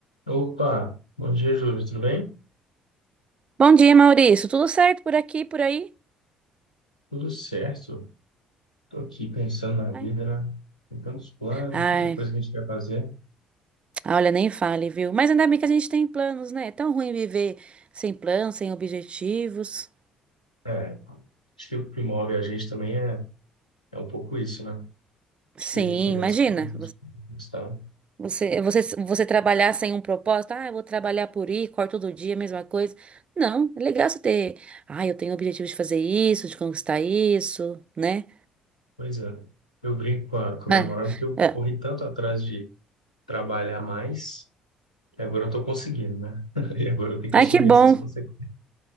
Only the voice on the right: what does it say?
Bom dia, Maurício. Tudo certo por aqui, por aí?
Ai,
Ai,
olha, nem fale, viu? Mas ainda bem que a gente tem planos, né? É tão ruim viver sem planos, sem objetivos.
Sim,
imagina.
Você, você, você trabalhar sem um propósito. Ah, eu vou trabalhar por ir, corto todo dia, mesma coisa. Não, é legal você ter. Ah, eu tenho o objetivo de fazer isso, de conquistar isso, né?
Ah,
é.
Ai,
que bom.